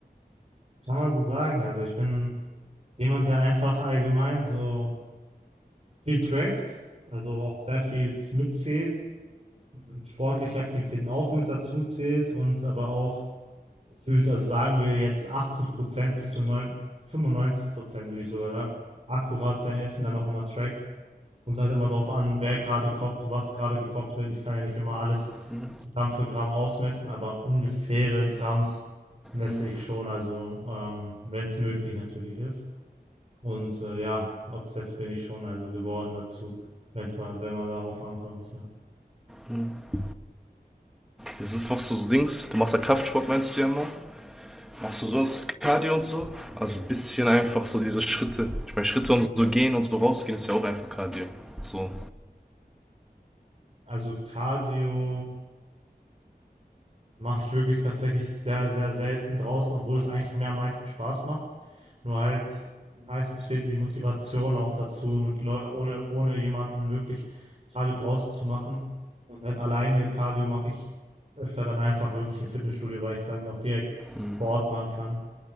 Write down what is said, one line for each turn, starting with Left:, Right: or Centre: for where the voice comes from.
Right: kann man so sagen, also ich bin jemand, der einfach allgemein so viel trackt, also auch sehr viel mitzählt, sportliche Aktivitäten auch mit dazu zählt und aber auch Gefühlt, also sagen wir jetzt 80% bis zu neun 95% würde ich sogar sagen, akkurat sein Essen dann auch immer trackt. Kommt halt immer darauf an, wer gerade kocht und was gerade gekocht wird. Ich kann ja nicht immer alles
Centre: Hm,
Right: Gramm für Gramm ausmessen, aber ungefähre Gramms messe
Centre: hm,
Right: ich schon, also ähm, wenn es möglich natürlich ist. Und äh, ja, obsessed bin ich schon also geworden dazu, wenn es mal, wenn man darauf ankommt, ja.
Centre: hm. Ja, sonst machst du so Dings, du machst ja Kraftsport, meinst du ja mal? Machst du sonst Cardio und so? Also ein bisschen einfach so diese Schritte. Ich meine, Schritte und so gehen und so rausgehen ist ja auch einfach Cardio. So.
Right: Also Cardio. Mache ich wirklich tatsächlich sehr, sehr selten draußen, obwohl es eigentlich mir am meisten Spaß macht. Nur halt meistens fehlt die Motivation auch dazu, mit Leu ohne, ohne jemanden wirklich Cardio draußen zu machen. Und halt alleine Cardio mache ich öfter dann einfach wirklich im Fitnessstudio, weil ich es dann auch direkt
Centre: Hm.
Right: vor Ort machen kann.